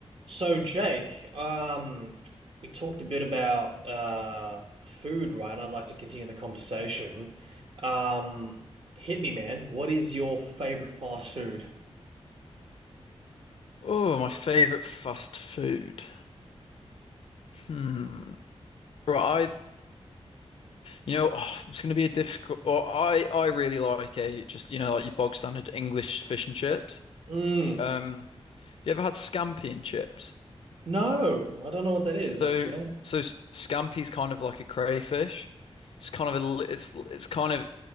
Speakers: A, on the right; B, on the left.
A: So Jake, um, we talked a bit about uh, food, right? And I'd like to continue the conversation. Um, hit me, man. What is your favorite fast food?
B: Oh, my favorite fast food. Hmm. Right, I, you know, oh, it's going to be a difficult. Or I, I really like a just, you know, like your bog standard English fish and chips.
A: Mm,
B: Um, have you ever had scampi and chips?
A: no, I don't know what that is
B: So,
A: actually.
B: so s- scampi's kind of like a crayfish. It's kind of a, li- it's it's kind of